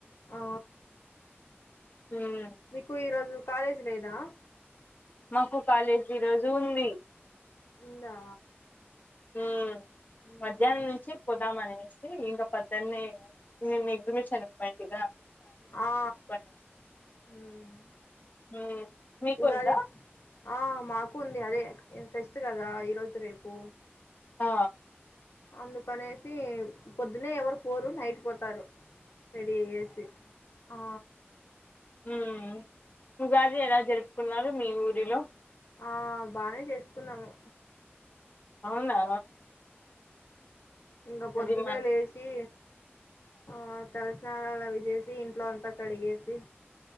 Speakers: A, on the left (about 80°); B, on the left (about 40°).
A: ఆ
B: ఉమ్
A: మీకు రోజు కాలేజ్ లేదా
B: మాకు కాలేజ్ ఈ రోజు ఉంది
A: ఉందా
B: ఊ
A: మ్మ్.
B: మధ్యాహ్నం నుంచి పోదాం అనేసి ఇంక పొద్దన్నే నేను ఎగ్సిమిషను కు పోయింటిగా
A: ఆ
B: <inaudible>
A: మ్మ్
B: ఊ మీకుందా
A: ఉగాది ఆ మాకు ఉంది అదే ఫెస్ట్ కదా ఈ రోజు రేపు
B: ఆ
A: అందుకనేసి పొద్దునే ఎవరూ పోరు నైటు పోతారు రెడీ అయ్యేసి ఆ
B: ఉమ్ ఉగాది ఎలా జరుపుకున్నారు మీ ఊరిలో
A: ఆ బానే చేసుకున్నాము
B: అవునా
A: ఇంకా పొద్దున్న
B: అది మా
A: లేచి ఆ త స్నానాలు అవి చేసి ఇంట్లో అంతా కడిగేసి